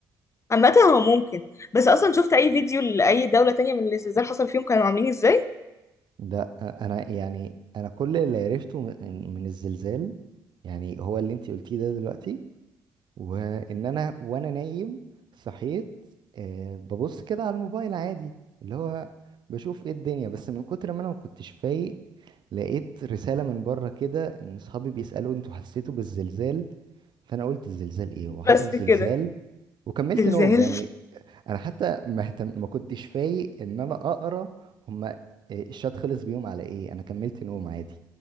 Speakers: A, on the left; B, on the right.
A: عامة هو ممكن بس اصلا شفت اي فيديو لاي دولة تانية من اللي الزلزال حصل فيهم كانوا عاملين ازاي
B: ده انا يعني انا كل اللي عرفته من من الزلزال يعني هو اللي انتي قلتيه ده دلوقتي وان انا وانا نايم صحيت آه، ببص كده على الموبايل عادي اللي هو بشوف ايه الدنيا بس من كتر ما انا ما كنتش فايق لقيت رسالة من بره كده ان اصحابي بيسألوا انتوا حسيتوا بالزلزال فانا قلت الزلزال ايه هو
A: بس
B: حصل زلزال
A: كده
B: وكملت
A: زلزال
B: نوم يعني انا حتى ما اهتم- ما كنتش فايق ان انا اقرا هما إيه، الشات خلص بيهم على ايه انا كملت نوم عادي